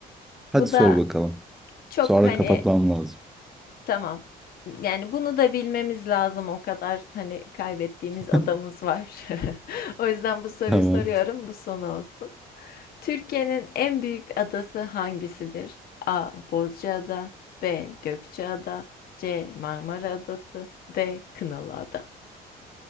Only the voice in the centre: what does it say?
Hadi
sor
bakalım.
Sonra
kapatmam lazım.
<laughs>
Tamam.